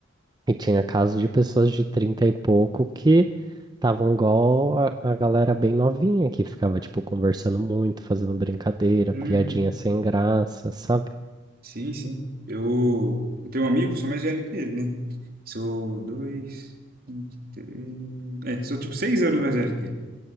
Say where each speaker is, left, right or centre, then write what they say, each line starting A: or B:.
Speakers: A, on the right (about 20°); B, on the right (about 50°).
A: E tinha casos de pessoas de 30 e pouco que Estavam igual a, a galera bem novinha que ficava, tipo, conversando muito, fazendo brincadeira,
B: uhum.
A: piadinha sem graça, sabe?
B: Sim, sim. Eu, eu tenho um amigo, sou mais velho que ele, né? Sou dois, 23. É, sou tipo seis anos mais velho que ele.